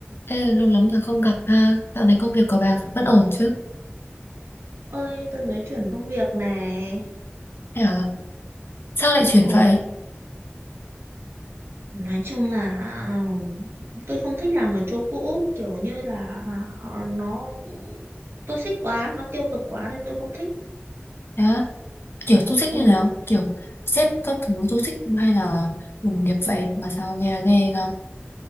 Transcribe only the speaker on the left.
Ê, lâu lắm rồi không gặp ha. Dạo này công việc của bà vẫn ổn chứ?
Thế à? Sao lại
chuyển
vậy?
Thế á? Kiểu toxic
như nào? Kiểu sếp các thứ toxic hay là đồng nghiệp vậy mà sao nghe ghê ra?